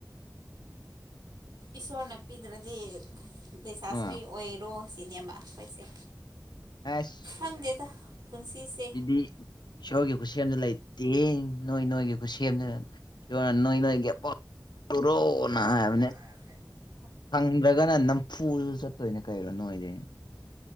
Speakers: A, on the right; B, on the left.
A: ꯏꯁꯣꯔꯅ ꯄꯤꯗ꯭ꯔꯥꯗꯤ ꯂꯩꯁꯥꯥ
B: ꯑꯥ
A: ꯁꯥꯔꯤ ꯑꯣꯏꯔꯣ ꯁꯤꯅꯦꯕ ꯑꯩꯈꯣꯏꯁꯦ
B: ꯑꯦꯁ
A: ꯈꯪꯗꯦꯗ ꯄꯨꯟꯁꯤꯁꯦ
B: ꯁꯤꯗꯤ ꯏꯁꯣꯔꯒꯤ ꯈꯨꯠꯁꯦꯝꯗ ꯂꯩꯇꯦ ꯅꯣꯏ ꯅꯣꯏꯒꯤ ꯈꯨꯁꯝꯗꯨꯅ ꯅꯣꯏ ꯅꯣꯏꯒꯤ ꯑꯄꯥꯝꯕ ꯇꯧꯔꯣꯅ ꯍꯥꯏꯕꯅꯦ
A: ꯌꯥꯕꯅꯦ
B: ꯐꯪꯗ꯭ꯔꯒꯅ ꯅꯝꯐꯨꯗ ꯆꯠꯇꯣꯏꯅꯦ ꯀꯩꯅꯣ ꯅꯣꯏꯗꯤ